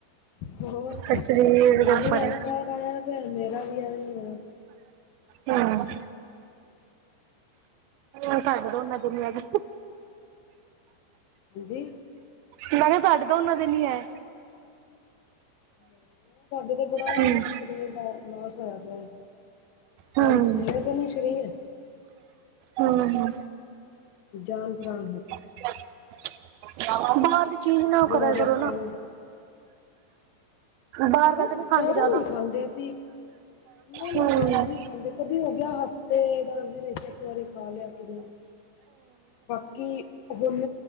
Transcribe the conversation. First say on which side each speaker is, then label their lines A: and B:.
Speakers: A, on the left; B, on the right.
A: ਹੋਰ
B: ਹਾਂ ਸਰੀਰ
A: ਮੰਮੀ
B: ਦੇ ਉੱਪਰ
A: ਦਾ
B: ਏ।
A: ਵੀ ਬਾਹਰ ਆਇਆ ਪਿਆ ਮੇਰਾ ਵੀ ਐਵੇਂ ਹੀ ਹੋਇਆ ਪਿਆ
B: ਹੂੰ। ਉਹ ਸਾਡੇ ਦੋਨਾ ਦੁਨੀਆਂ ਦੀ
A: ਹਾਂਜੀ।
B: ਮੈਂ ਕਿਹਾ ਤੁਹਾਡੇ ਦੋਨਾ ਦੀ ਨੀ ਹੈ।
A: ਉਹ ਸਾਡੇ ਤੇ ਬੜਾ
B: ਹੂੰ
A: ਸਰੀਰ ਦਾ ਲੋਸ ਹੋਇਆ ਪਿਆ, <unintelligible>
B: ਹੂੰ
A: ਫੁੱਲਿਆ ਕੋਈ ਨੀਂ ਸ਼ਰੀਰ
B: ਹਾਂ, ਹਾਂ।
A: ਜਾਨ ਭਰਾ
B: <unintelligible> ਬਾਰ ਦੀ ਚੀਜ਼ ਨਾ
A: ਥੋੜਾ
B: ਕਰੇਯਾ
A: ਜਿਹਾ
B: ਕਰੋ
A: ਕੰਮ
B: ਨਾ। ਬਾਹਰ ਦਾ
A: ਬਸ
B: ਤਾਂ ਨਹੀਂ ਖਾਂਦੇ
A: ਜਾਦਾ
B: ਜ਼ਿਆਦਾ
A: ਨੀ ਖਾਂਦੇ ਅਸੀਂ, ਨਾ-
B: ਹੂੰ
A: ਨਾ ਜਾਦਾ ਨੀ ਹਾਂ ਦੀ ਕਦੀ ਹੋ ਗਿਆ ਹਫ਼ਤੇ ਦਾ <unintelligible> ਖਾ ਲਿਆ ਤੁਹੀ? ਬਾਕੀ ਹੁਣ।